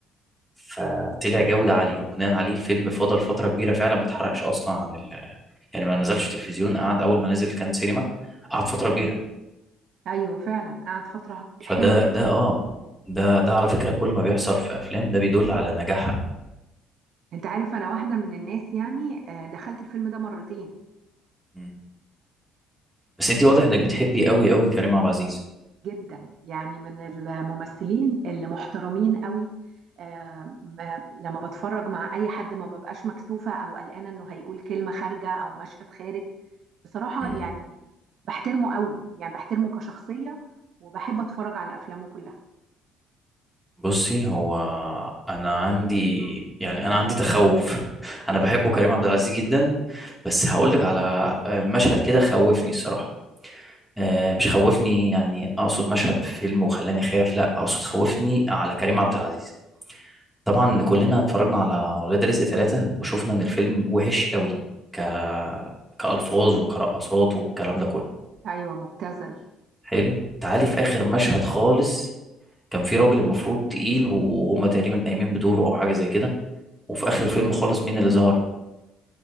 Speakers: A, in the centre; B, on the right.
A: فطلع جودة عالية وبناء عليه الفيلم فضل فترة كبيرة فعلا ما اتحرقش أصلا عن ال... يعني ما نزلش تلفزيون قعد أول ما نزل كان سينما قعد فترة كبيرة
B: ايوه فعلا قعد فتره
A: فده
B: حلوه جدا
A: ده اه ده ده على فكرة كل ما بيحصل في أفلام ده بيدل على نجاحها
B: انت عارف انا واحده من الناس يعني آه، دخلت الفيلم ده مرتين
A: مم. بس أنت واضح إنك بتحبي قوي قوي كريم عبد العزيز
B: جدا يعني من الممثلين اللي محترمين قوي آه، ما- لما بتفرج مع اي حد ما ببقاش مكسوفه او قلقانه انه هيقول كلمه خارجه او مشهد خارج بصراحه
A: مم.
B: يعني بحترمه قوي يعني بحترمه كشخصيه وبحب اتفرج على افلامه كلها
A: بصي هو أنا عندي يعني أنا عندي تخوف <laughs> أنا بحبه كريم عبد العزيز جدا بس هقول لك على آه، مشهد كده خوفني الصراحة آه، مش خوفني يعني اقصد مشهد في فيلم وخلاني خايف لا اقصد خوفني على كريم عبد العزيز طبعا كلنا اتفرجنا على ولاد رزق ثلاثة وشفنا ان الفيلم وحش قوي ك كألفاظ وكرقصات والكلام ده كله
B: ايوه مبتذل
A: حلو تعالي في اخر مشهد خالص كان في راجل المفروض تقيل وهم تقريبا قايمين بدوره او حاجة زي كده وفي اخر الفيلم خالص مين اللي ظهر